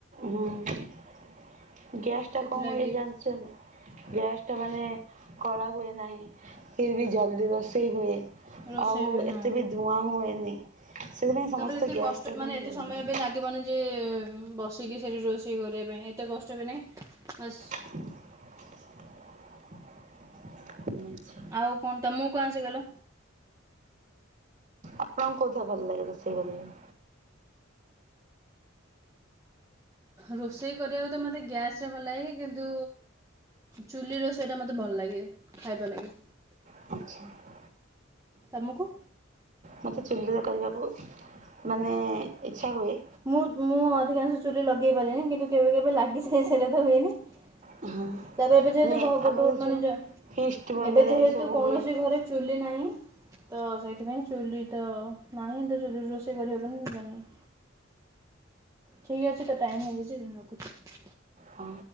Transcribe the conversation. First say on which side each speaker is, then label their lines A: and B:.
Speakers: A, on the right; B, on the right.
A: ହୁଁ ଗ୍ୟାସ ଟା
B: ସେଥିଲାଗି
A: କଣ ହୁଏ ଯା ସେ ଗ୍ୟାସ ଟା ମାନେ କଳା ହୁଏ ନାହିଁ। ଫିର୍ ବି ଜଲଦି ରୋସେଇ ହୁଏ।
B: ରୋଷେଇ
A: ଆଉ
B: ହୁଏ
A: ଏତେ
B: ହଁ
A: ବି ଧୂଆଁ ହୁଏନି ସେଥିପାଇଁ ସମସ୍ତେ
B: ତାପରେ ଏତେ
A: ଗ୍ୟାସ୍ଟାକୁ
B: କଷ୍ଟ ମାନେ
A: ହିଁ
B: ଏତେ
A: ବ୍ୟବହାର
B: ସମୟ
A: କରନ୍ତି।
B: ବି ଲାଗିବନି ଯେ ବସିକି ସେଠି ରୋଷେଇ କରିବା ପାଇଁ ଏତେ କଷ୍ଟ ବି ନାହିଁ ବାସ୍
A: ମିଛ।
B: ଆଉ କଣ ତମକୁ କଣ ଆସେ କହିଲ?
A: ଆପଣଙ୍କୁ କଉଥେ ଭଲ୍ ଲାଗେ ରୋଷେଇ କରିବା?
B: ରୋଷେଇ କରିବାକୁ ତ ମୋତେ ଗ୍ୟାସ୍ରେ ଭଲ ଲାଗେ କିନ୍ତୁ ଚୁଲିି ରୋଷେଇ ଟା ମୋତେ ଭଲ ଲାଗେ ଖାଇବା ଲାଗି।
A: ଆଚ୍ଛା।
B: ତମକୁ?
A: ମୋତେ ଚୁଲିରେ କରିବାକୁ ମାନେ ଇଚ୍ଛା ହୁଏ।
B: ମୁଁ ମୁଁ ଅଧିକାଂଶ ଚୁଲି ଲଗେଇ ପାରେନି କିନ୍ତୁ କେବେ କେବେ ଲାଗିଯାଇ ସେଟା ତ ହୁଏନି। ତାପରେ
A: ହଁ
B: ଏବେ ଯେହେତୁ
A: ନାଇଁ
B: ଘ
A: ଆମର
B: ଗୋଟେ ଗୋଟ୍ ମାନେ
A: ଯୋଉ
B: ଯା
A: ଫିଷ୍ଟ ବଗେରା
B: ଏବେ ଯେହେତୁ
A: ଏ ସବୁ
B: କୌଣସି
A: ହୁଏ
B: ଘରେ ଚୁଲି ନାହିଁ। ତ ସେଇଥିପାଇଁ ଚୁଲି ତ ନାହିଁ ତ ଚୁଲିରେ ରୋଷେଇ କରିବ କେମିତି ଜାଣିନି। ଠିକ୍ ଅଛି ତ ଟାଇମ୍ ହେଇଯାଇଛି ରଖୁଛି।
A: ହଁ